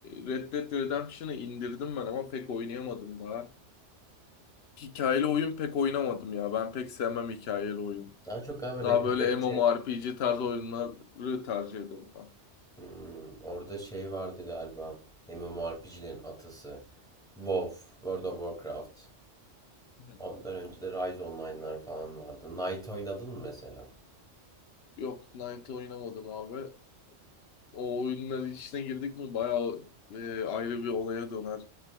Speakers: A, on the left; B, in the centre.
A: Red Dead Redemption'ı indirdim ben ama pek oynayamadım daha. Hikayeli oyun pek oynamadım ya. Ben pek sevmem hikayeli oyun.
B: Daha çok galiba
A: Daha
B: rekabetçi.
A: böyle MMORPG tarzı oyunları tercih ediyorum. ben.
B: Hmm, orada şey vardı galiba. MMORPG'lerin atası. WoW, World of Warcraft.
A: <laughs> Hı.
B: Ondan önce de Rise Online'lar falan vardı. Knight oynadın mı mesela?
A: Yok Knight'ı oynamadım abi. O oyunların içine girdik mi bayağı e, ayrı bir olaya döner.